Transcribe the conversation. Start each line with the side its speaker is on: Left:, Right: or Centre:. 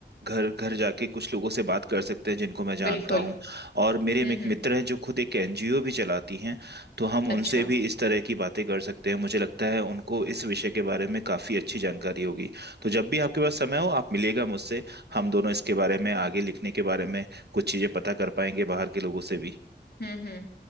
Right: घर घर जाके कुछ लोगों से बात कर सकते हैं जिनको मैं जानता
Left: बिल्कुल
Right: हूँ और मेरे
Left: हम्म
Right: एक
Left: हम्म
Right: मित्र हैं जो खुद एक एनजीओ भी चलाती हैं तो हम उनसे
Left: अच्छा
Right: भी इस तरह की बातें कर सकते हैं मुझे लगता है उनको इस विषय के बारे में काफ़ी अच्छी जानकारी होगी तो जब भी आपके पास समय हो आप मिलिएगा मुझसे हम दोनों इसके बारे में आगे लिखने के बारे में कुछ चीज़ें पता कर पाएंगे बाहर के लोगों से भी
Left: हम्म हम्म